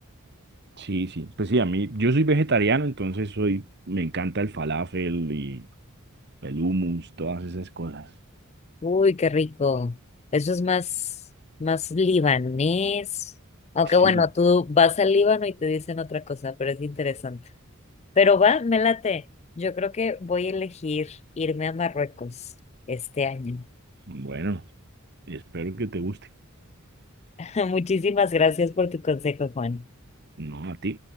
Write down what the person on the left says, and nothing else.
Uy, qué rico. Eso es más, más libanés. Aunque
bueno, tú vas al Líbano y te dicen otra cosa, pero es interesante. Pero va, me late. Yo creo que voy a elegir irme a Marruecos este año.
<laughs> Muchísimas gracias por tu consejo, Juan.